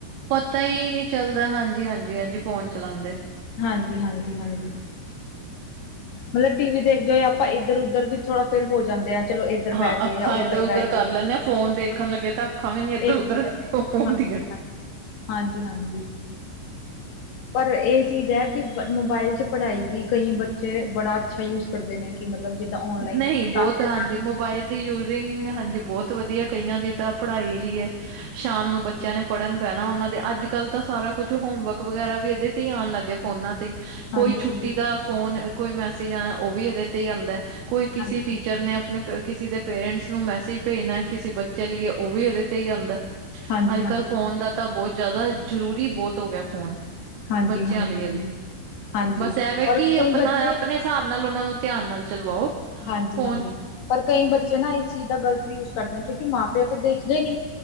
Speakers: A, on the right; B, on the left.
A: ਪਤਾ ਈ ਨੀਂ ਚੱਲਦਾ ਹਾਂਜੀ- ਹਾਂਜੀ-ਹਾਂਜੀ ਫੋਨ ਚਲਾਂਦੇ।
B: ਹਾਂਜੀ- ਹਾਂਜੀ-ਹਾਂਜੀ। ਮਤਲਬ ਟੀ ਵੀ ਦੇਖਦੇ ਹੋਏ ਆਪਾਂ ਇੱਧਰ ਉਧਰ ਵੀ ਥੋੜਾ ਫੇਰ ਹੋ ਜਾਂਦੇ ਆ। ਚਲੋ ਇੱਧਰ
A: ਹਾਂ
B: ਬਹਿ ਗਏ
A: ਅੱਖਾਂ
B: ਜਾਂ ਉੱਧਰ
A: ਇੱਧਰ ਉਧਰ
B: ਬਹਿ ਗਏ।
A: ਕਰ ਲੈਂਨੇ ਆਂ, ਫੋਨ ਦੇਖਨ
B: ਹਾਂ,
A: ਲੱਗੇ ਤਾਂ ਅੱਖਾਂ ਵੀ ਨੀ ਇੱਧਰ
B: ਇਹ
A: ਉੱਧਰ ਹੁੰਦੀਆਂ।
B: ਹਾਂਜੀ, ਹਾਂਜੀ, ਹਾਂਜੀ। ਪਰ ਏ ਚੀਜ਼ ਐ ਕਿ ਮੋਬਾਈਲ ਚ ਪੜ੍ਹਾਈ ਵੀ ਕਈ ਬੱਚੇ ਬੜਾ ਅੱਛਾ ਯੂਜ ਕਰਦੇ ਨੇ ਕਿ ਮਤਲਬ ਜਿੱਦਾਂ ਔਨਲਾਈਨ
A: ਨਹੀਂ
B: ਕਲਾਸੀਸ
A: ਬਹੁਤ ਹਾਂਜੀ ਮੋਬਾਇਲ ਦੀ ਯੂਜਿੰਗ ਹਾਂਜੀ ਬਹੁਤ ਵਧੀਆ ਕਈਆਂ ਦੀ ਤਾਂ ਪੜ੍ਹਾਈ ਲਈ ਐ ਸ਼ਾਮ ਨੂੰ ਬੱਚਿਆਂ ਨੇ ਪੜ੍ਹਨ ਬਹਿਨਾ ਉਹਨਾਂ ਦੇ ਅੱਜ ਕੱਲ੍ਹ ਤਾਂ ਸਾਰਾ ਕੁਛ ਹੋਮਵਰਕ ਵਗੈਰਾ ਵੀ ਏਦੇ ਤੇ ਹੀ ਆਨ ਲੱਗਿਆ ਫੋਨਾਂ ਤੇ ਕੋਈ
B: ਹਾਂਜੀ,
A: ਛੁੱਟੀ
B: ਹਾਂਜੀ,
A: ਦਾ ਫੋਨ ਕੋਈ ਮੈਸੇਜ ਆਨਾ ਓ ਵੀ ਇਹਦੇ ਤੇ ਆਂਦਾ ਕੋਈ ਕਿਸੇ
B: ਹਾਂਜੀ,
A: ਟੀ ਟੀਚਰ ਨੇ ਆਪਨੇ ਕਿਸੇ ਦੇ ਪੇਰੈਂਟਸ ਨੂੰ ਮੈਸੇਜ ਭੇਜਨਾ ਕਿਸੇ ਬੱਚੇ ਲਈ ਓ ਵੀ ਏਦੇ ਤੇ ਹੀ ਆਂਦਾ।
B: ਹਾਂਜੀ,
A: ਅੱਜ
B: ਹਾਂਜੀ,
A: ਕੱਲ੍ਹ ਫੋਨ ਦਾ ਤਾਂ ਬਹੁਤ ਜ਼ਾਦਾ ਜ਼ਰੂਰੀ ਬੋਤ ਹੋ ਗਿਆ ਫੋਨ
B: ਹਾਂਜੀ,
A: ਬੱਚਿਆਂ
B: ਹਾਂਜੀ,
A: ਲਈ
B: ਹਾਂਜੀ।
A: ਵੀ,
B: ਹਾਂਜੀ
A: ਬਸ ਐਵੇਂ
B: ਔਰ
A: ਕਿ
B: ਕਈ
A: ਆਪਨਾ
B: ਬੱਚੇ
A: ਆਪਨੇ ਸਾਬ ਨਾਲ ਉਨਾਂ ਨੂੰ ਧਿਆਨ ਨਾਲ ਚਲਵਾਓ।
B: ਹਾਂਜੀ,
A: ਫੋਨ
B: ਹਾਂਜੀ। ਪਰ ਕਈ ਬੱਚੇ ਨਾ ਇਸ ਚੀਜ਼ ਦਾ ਗ਼ਲਤ ਵੀ ਯੂਜ ਕਰਦੇ ਕਿਉਂਕਿ ਮਾਂ ਪਿਓ ਤਾਂ ਦੇਖਦੇ ਨੀ।